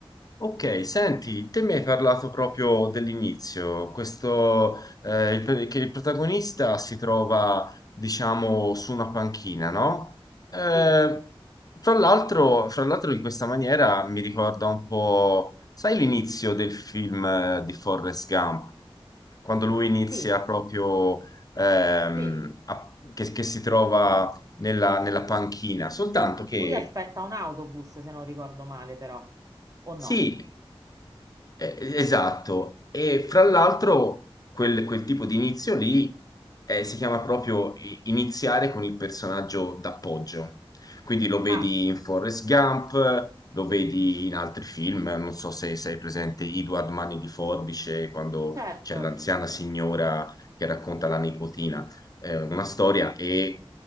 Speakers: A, on the left; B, on the right.
A: Ok, senti, te mi hai parlato proprio dell'inizio, questo, eh, il pr- che il protagonista si trova, diciamo, su una panchina, no? Eh,
B: Sì,
A: fra l'altro, fra l'altro in questa maniera mi ricorda un po', sai l'inizio del film eh, di Forrest Gump? Quando lui inizia
B: sì,
A: proprio, ehm,
B: sì.
A: a- che, che si trova nella, nella panchina, soltanto che...
B: Lui aspetta un autobus, se non ricordo male, però, o no?
A: Sì, Eh, Esatto, e fra l'altro quel, quel tipo di inizio lì eh, si chiama proprio i- iniziare con il personaggio d'appoggio. Quindi lo vedi
B: Ah,
A: in Forrest Gump, lo vedi in altri film, non so se sei presente Edward Mani di Forbice, quando
B: certo.
A: c'è l'anziana signora che racconta la nipotina eh, una storia e